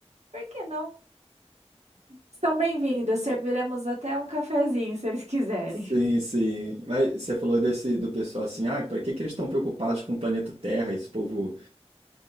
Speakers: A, on the right (about 85°); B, on the right (about 65°).
A: Por que não? Estão bem-vindos, serviremos até um cafezinho, se eles quiserem.
B: Sim, sim. Mas você falou desse do pessoal assim, ah, para que que eles estão preocupados com o planeta Terra, esse povo